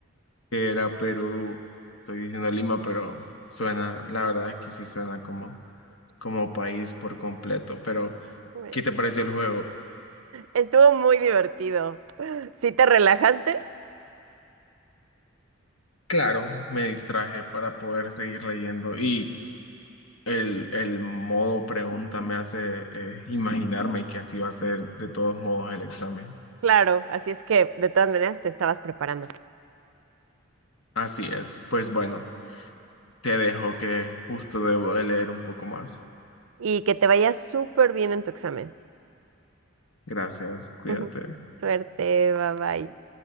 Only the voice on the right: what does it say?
Bueno,
Estuvo muy divertido. ¿Sí te relajaste?
Claro, así es que de todas maneras te estabas preparando.
y que te vaya súper bien en tu examen.
<laughs> Suerte, bye bye.